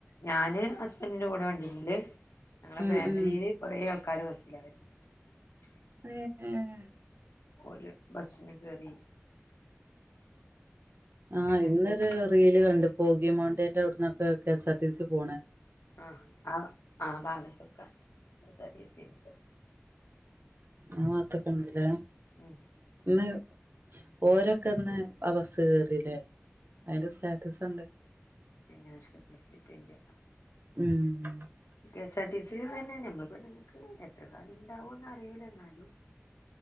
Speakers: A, on the left (about 85°); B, on the right (about 50°).
A: ഞാന് ഹസ്ബന്റിന്റെ കൂടെ വണ്ടിമ്മല് ഞങ്ങളെ
B: ഉം
A: ഫാമിലീല്
B: ഉം
A: കൊറെ ആൾ കാര് ബസ്സിലായിരുന്നു
B: മ് മ്
A: ഓല് ബസ്സിന് കേറി
B: ആ
A: എന്നിട്ട്
B: ഇന്നൊരു റീല് കണ്ട് പോഗി മോണ്ടേന്റെ അവിടന്നൊ കെസാർടിസി പോണേ
A: അ ആ ആ ഭാഗത്തൊക്കെ കെസാർടിസി ഇണ്ട്
B: ആവാതൊക്കെ ഉണ്ട് ല്ലേ
A: ഉം
B: ന്ന് ഓരൊക്കെ ഇന്ന് ആ ബസ്സ്‌ കേറിലെ അതിന്റെ സ്റ്റാറ്റസ്ണ്ട്
A: ഞാ ശ്രദ്ധിച്ചിട്ടില്ല
B: ഉം
A: കെ സാആർ ടി സി തന്നെ <unintelligible> എത്ര കാലം ഇണ്ടാവുന്ന് അറിയില്ല എന്നാലും